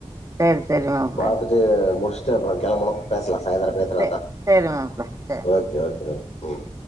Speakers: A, on the right (about 30°); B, on the left (about 75°).
A: சேரி சேரி மாப்ள
B: பாத்துட்டு முடிஸ்ட்டு அப்பறங் கெளம்பனு பேஸ்லாஸ் சாயந்தர பேசறாத்தா
A: சே சேரி மாப்ள சேரி
B: ஓகே ஓகே ஓகே ம்